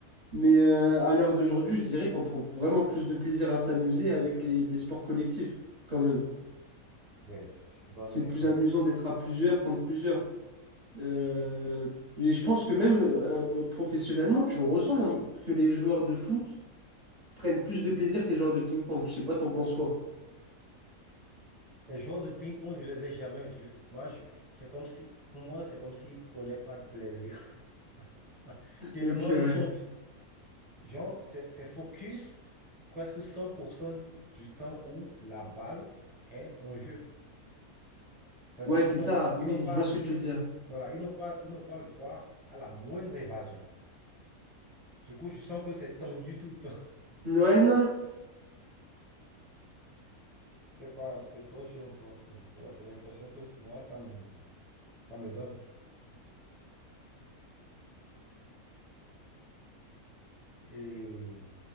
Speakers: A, on the right; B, on the right.
A: Mais euh, à l'heure d'aujourd'hui, je dirais qu'on prend vraiment plus de plaisir à s'amuser avec les, les sports collectifs, quand même.
B: ouais, je te donne
A: C'est
B: raison.
A: plus amusant d'être à plusieurs contre plusieurs. Euh, et je pense que même euh, professionnellement, tu le ressens, hein, que les joueurs de foot prennent plus de plaisir que les joueurs de ping-pong. Je sais pas, t'en penses quoi? <laughs>
B: Les joueurs de ping-pong, je les ai jamais vus. Moi, je- je- c'est comme si, pour moi, c'est comme s'ils prenaient pas de plaisir. <laughs> Tellement
A: Ok,
B: ils
A: ouais.
B: sont, genre, c'est c'est focus presque 100% du temps où la balle est en jeu. C'est-à-dire,
A: Ouais, c'est
B: ils n'ont
A: ça,
B: ils
A: oui,
B: n'ont pas,
A: je vois ce
B: ils
A: que tu
B: n'ont-
A: veux dire.
B: voilà, ils n'ont pas, ils n'ont pas le droit à la moindre évasion. Du coup, je sens que c'est tendu tout le temps. <laughs>
A: Ouais, non,
B: Je sais pas ce que toi tu en penses, mais voilà, c'est l'impression que moi, ça me, ça me donne. Et